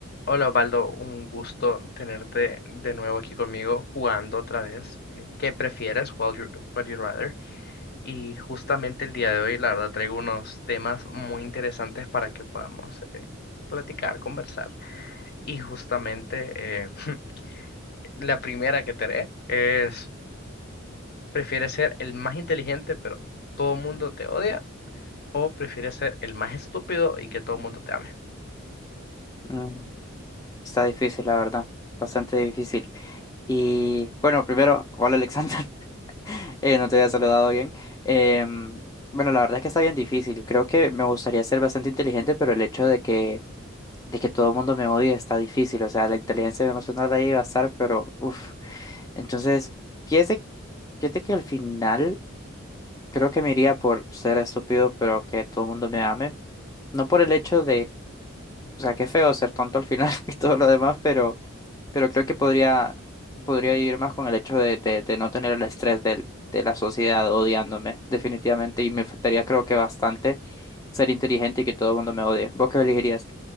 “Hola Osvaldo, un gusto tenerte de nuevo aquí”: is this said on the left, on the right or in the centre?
Left